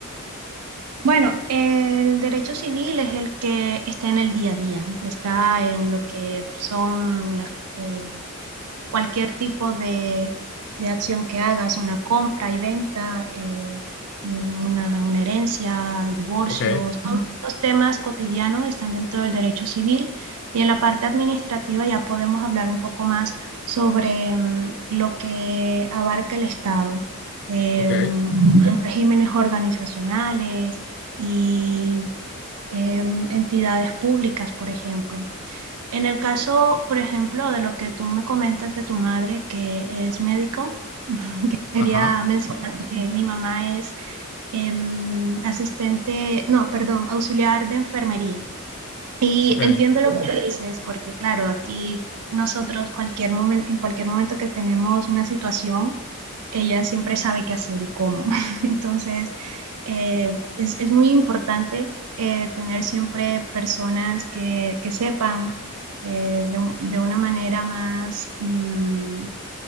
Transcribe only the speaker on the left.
Ok,
ok.
Ajá,
ok.